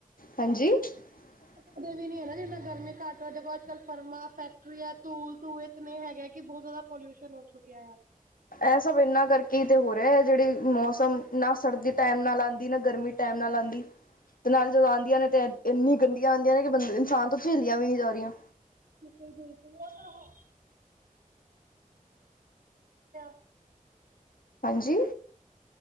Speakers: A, on the left; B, on the right.
A: ਹਾਂਜੀ <inaudible>
B: ਕਦੇ ਵੀ ਨੀ ਹੈ ਜਿੰਨਾ ਗਰਮੀ ਘੱਟ ਹੋਏ ਜਦੋ ਦੇਖੋ, ਅੱਜ-ਕਲ ਫਰਮਾਂ, ਫੈਕਟਰੀ ਐ ਧੂਲ-ਧੂੰਏ ਇਤਨੇ ਹੈਗੇ ਕਿ ਬਹੁਤ ਜ਼ਿਆਦਾ ਪੋਲੂਊਸਨ ਹੋ ਚੁੱਕਿਆ ਆ।
A: ਏਹ, ਸਭ ਇਨ੍ਹਾਂ ਕਰਕੇ ਤੇ ਹੋ ਰਿਆ, ਜੇੜੇ ਮੌਸਮ ਨਾਂ ਸਰਦੀ ਟੈਮ ਨਾਲ ਆਂਦੀ, ਨਾਂ ਗਰਮੀ। ਟਾਈਮ ਨਾਲ ਆਂਦੀ। ਤੇ ਨਾਲ ਜਦੋਂ ਆਂਦੀਆ ਨੇ ਤੇ, ਇੰਨੀ ਗੰਦੀਆਂ ਆਂਦੀਆਂ ਨੇ ਕਿ ਬੰ, ਇਨਸਾਨ ਤੋ ਝੇਲੀਆਂ ਵੀ ਨੀਂ ਜਾ ਰਈਆ।
B: ਬਿਲਕੁੱਲ ਬਿਲਕੁੱਲ। ਓ ਤਾਂ ਹੈ, <unintelligible>
A: ਹਾਂਜੀ?